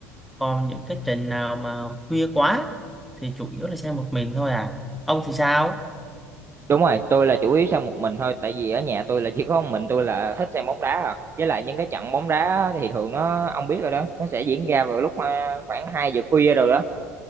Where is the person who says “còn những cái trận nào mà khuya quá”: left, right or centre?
Centre